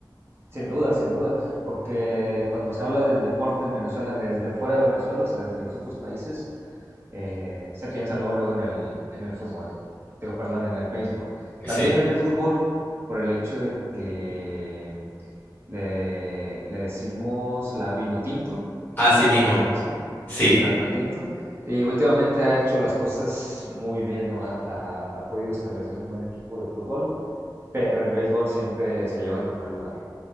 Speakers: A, on the right; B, on the left.
A: Sin duda, sin duda, porque cuando se habla del deporte en Venezuela desde fuera de Venezuela, o sea, desde los otros países, eh, se piensa luego, luego en el, en el fútbol, digo, perdón, en el béisbol.
B: Sí.
A: También en el fútbol, por el hecho de que le, le decimos la vino tinto
B: Así mismo.
A: a la selección,
B: Sí.
A: a la vino tinto, y últimamente ha hecho las cosas muy bien, ¿no? Ha, ha- ha podido establecer un buen equipo de fútbol, pero el béisbol siempre se lleva al primer lugar.